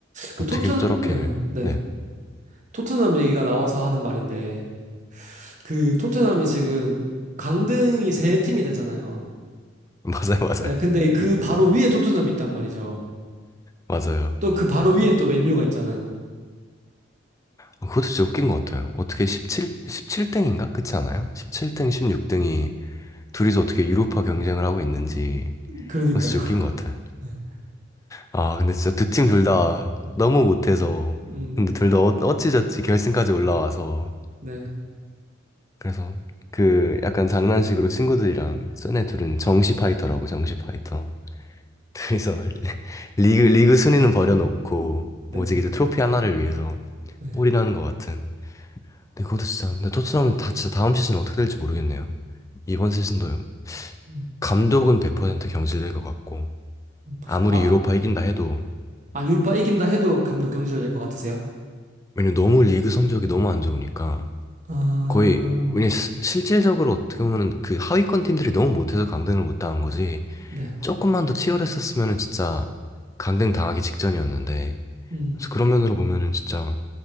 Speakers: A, on the right; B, on the left.
A: 그
B: 어떻게
A: 토튼
B: 저렇게
A: 음, 네.
B: 네
A: 토트넘 얘기가 나와서 하는 말인데 그 토트넘이 지금 강등이 세 팀이 되잖아요.
B: <laughs> 맞아요 맞아요
A: 네, 근데 이그 바로 위에 토트넘이 있단 말이죠.
B: 맞아요.
A: 또 그 바로 위엔 또 맨유가 있잖아요.
B: 어, 그것도 진짜 웃긴 것 같아요. 어떻게 17 17등인가 그렇지 않아요? 17등 16등이 둘이서 어떻게 유로파 경쟁을 하고 있는지
A: 그러니까요.
B: 그거 진짜 웃긴 것 같아요.
A: <laughs> 네.
B: 아, 근데 진짜 두 팀 둘 다
A: 음,
B: 너무 못해서.
A: 음,
B: 근데 둘다 어, 어찌저찌 결승까지 올라와서.
A: 네,
B: 그래서 그 약간 장난식으로 친구들이랑 쟤네 둘은 정시 파이터라고, 정시 파이터. 그래서 <laughs> 리그, 리그 순위는 버려놓고
A: 네,
B: 오직 이제 트로피 하나를 위해서
A: 네.
B: 올인하는 것 같은. 근데 그것도 진짜, 근데 토트넘은 다 진짜 다음 시즌 어떻게 될지 모르겠네요. 이번 시즌도
A: 음,
B: 감독은 100% 경질될 것 같고
A: 음.
B: 아무리
A: 아,
B: 유로파 이긴다 해도
A: 아, 유로파 이긴다 해도 감독 경질될 것 같으세요?
B: 왜냐면 너무 리그 성적이 너무 안 좋으니까
A: 아,
B: 거의 그냥 시- 실질적으로 어떻게 보면은 그 하위권 팀들이 너무 못해서 강등을 못 당한 거지
A: 네.
B: 조금만 더 치열했었으면은 진짜 강등 당하기 직전이었는데
A: 음,
B: 그래서 그런 면으로 보면은 진짜